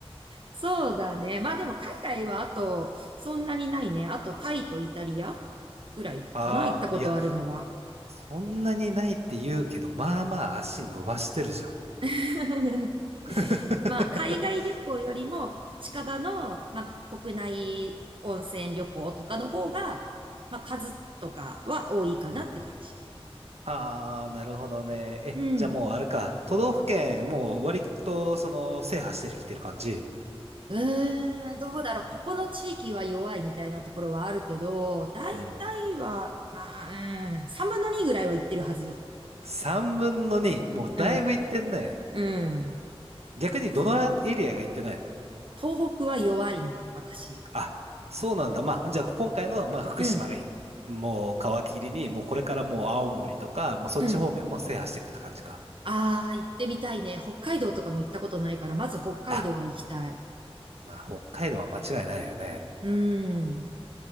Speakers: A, on the right; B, on the right.
A: そうだね。まあでも海外はあと、そんなにないね。あとタイとイタリアぐらいかな、
B: ああ、
A: 行ったことあるのは。
B: いや、そんなにないって言うけど、まあまあ足伸ばしてるじゃん。
A: <laughs>
B: <laughs>
A: まあ海外旅行よりも近場の、まあ、国内温泉旅行とかの方が、まあ数とかは多いかなって感じ。
B: うんああ、なるほどね。え、
A: うん。
B: じゃあもうあれか。都道府県、もう割と、その、制覇してきてる感じ。
A: うーん、どうだろう。ここの地域は弱いみたいなところはあるけど、大体は、
B: うん。
A: まあ、うん、3分の2ぐらいは行ってるはず。
B: 3分の2。もうだいぶ行ってんね。
A: うん、うん。
B: 逆にどのエリアが行ってないの
A: そうだね。東北は弱いね、私。
B: あ、そうなんだ。まあ、じゃあ今回の、まあ、福島がいい、
A: うん、
B: もう皮切りに、もうこれからもう青森とか、もうそっち方面も制覇していくって感じか。
A: うん。あー、行ってみたいね。北海道とかも行ったことないから、
B: うん。
A: まず北海道は行きたい。
B: あ、まあ、北海道は間違いないよね。
A: うん。